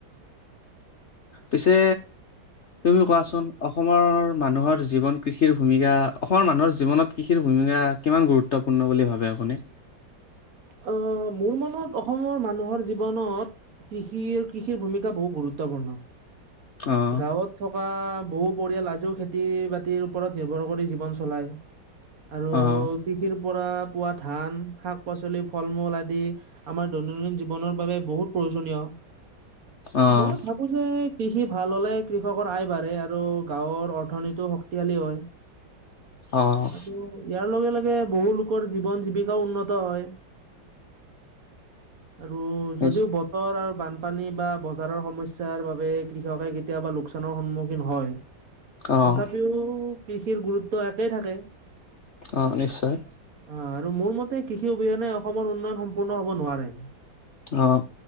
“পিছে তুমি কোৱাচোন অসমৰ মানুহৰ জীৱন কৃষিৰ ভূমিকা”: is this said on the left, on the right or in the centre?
Left